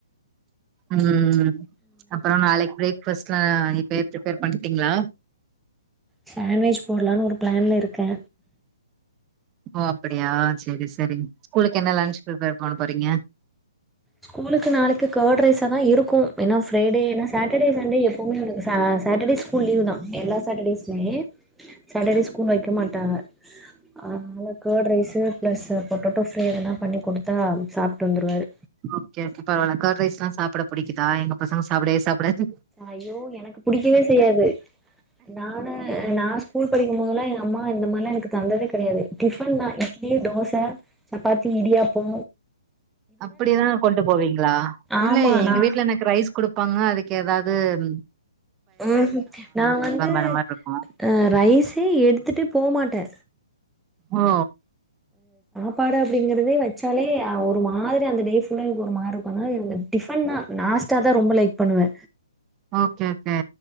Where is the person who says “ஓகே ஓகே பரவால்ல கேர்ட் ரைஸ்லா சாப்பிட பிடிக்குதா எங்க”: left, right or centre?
Right